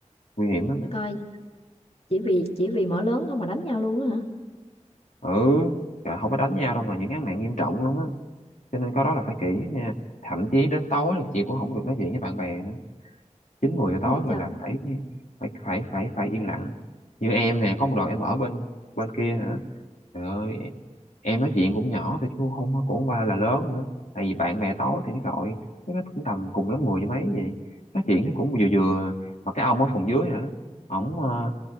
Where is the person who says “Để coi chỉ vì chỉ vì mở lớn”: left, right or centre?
Left